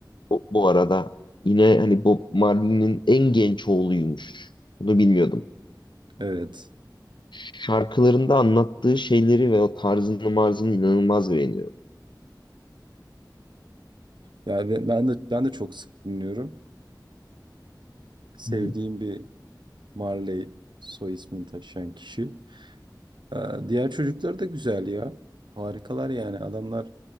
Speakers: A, on the left; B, on the right.
A: Bu, bu arada yine hani Bob Marley'nin en genç oğluymuş. Bunu bilmiyordum.
B: Evet.
A: Şarkılarında anlattığı şeyleri ve o tarzını marzını inanılmaz beğeniyorum.
B: Yani ben ben de ben de çok sık dinliyorum. Sevdiğim
A: Hı hı.
B: bir Marley soy ismini taşıyan kişi. Ee, Diğer çocuklar da güzel ya. Harikalar yani. Adamlar